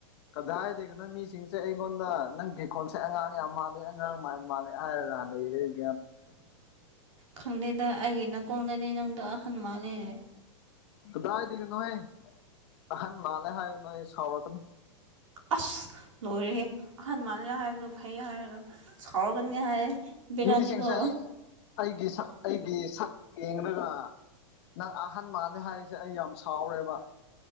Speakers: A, on the left; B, on the right.
A: ꯀꯗꯥꯏꯗꯦꯣ ꯅꯪ ꯃꯤꯁꯤꯡꯁꯦ ꯑꯩꯉꯣꯟꯗ ꯅꯪ ꯀꯀꯣꯟꯁꯦ ꯑꯉꯥꯡ ꯌꯥꯝ ꯃꯥꯜꯂꯦ ꯑꯉꯥꯡ ꯃꯥꯜꯂꯦ ꯍꯥꯏꯔꯒ ꯑ ꯂꯩ
B: ꯈꯪꯗꯦꯗ ꯑꯩꯒꯤ ꯅꯥꯀꯣꯡꯅꯗꯤ ꯅꯪꯗꯣ ꯑꯍꯜ ꯃꯥꯜꯂꯔꯦ
A: ꯀꯗꯥꯏꯗꯒꯅꯣꯍꯣꯏ ꯑꯍꯟ ꯃꯥꯜꯂꯦ ꯍꯥꯏꯒꯨꯅꯣ ꯑꯩ ꯁꯥꯎꯔꯛꯀꯅ
B: ꯑꯁ ꯂꯣꯏꯔꯦ ꯑꯍꯟ ꯃꯥꯜꯂ ꯍꯥꯏꯕꯅꯣ ꯐꯩ ꯍꯥꯏꯔꯒ ꯁꯥꯎꯔꯒꯅꯤ ꯍꯥꯏ ꯕꯤꯔꯌꯥꯅꯤꯀꯣ
A: ꯃꯤꯁꯤꯡꯁꯦ ꯑꯩ ꯑꯩꯒꯤ ꯁ ꯑꯩꯒꯤ ꯁ ꯌꯦꯡꯒ ꯅꯪ ꯑꯍꯟ ꯃꯥꯜꯂꯦ ꯍꯥꯏꯔꯤꯁꯦ ꯑꯩ ꯌꯥꯝ ꯁꯥꯎꯔꯦꯕ